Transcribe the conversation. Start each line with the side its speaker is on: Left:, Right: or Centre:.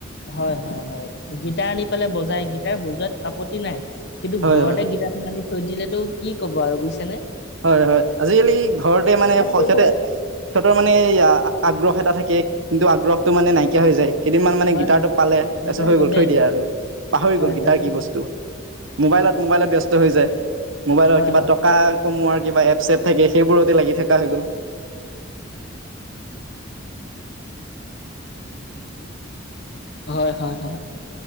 Left: হয় হয় হয় গীটাৰ আনি পেলাই বজাই গীটাৰ বজোৱাত আপত্তি নাই কিন্তু
Right: হয়
Left: ঘৰতে
Right: হয়
Left: গীতা থেমালি থৈ দিলেটো কি কব আৰু বুজিছ নে
Right: হয় হয় আজিকালি ঘৰতে মানে সিহঁতে
Left: কৰিব লাগে
Right: সিহঁতৰ মানে আগ্ৰহ এটা থাকে কিন্তু আগ্ৰহটো মানে নাইকিয়া হৈ যায় কেইদিনমান মানে
Left: হয়
Right: গীটাৰটো
Left: হয়
Right: পালে
Left: লেবেল
Right: তাৰপিছত হৈ
Left: লেবেল
Right: গল থৈ দিয়া আৰু পাহৰি
Left: হয়
Right: গল গিটাৰ
Left: লেবেল
Right: কি বস্তু। মোবাইলত মোবাইলত ব্যস্ত হৈ যায় মোবাইলত
Left: হয়
Right: কিবা
Left: হয়
Right: টকা কমোৱাৰ কিবা এপ চপ থাকে সেইবোৰতে লাগি থকা হৈ গ'ল <unintelligible>
Left: হয়, হয়, হয়।